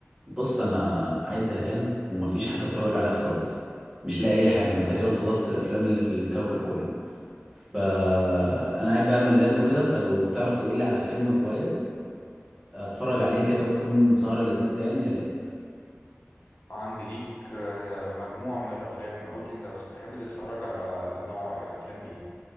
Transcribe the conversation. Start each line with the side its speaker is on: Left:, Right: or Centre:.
Right: بص انا قاعد زهقان ومفيش حاجه اتفرج عليها خالص مش لاقي اي حاجه انا تقريبا خلصت الافلام اللي في الكوكب كله فانا قاعد بقى ملان وكده فلو تعرف تقول لي على فيلم كويس اتفرج عليه كده وتكون سهره لذيذه يعني يا ريت
Left: عندي ليك آه، مجموعة من الأفلام قول لي أنت بس بتحب تتفرج على نوع إيه- أفلام إيه؟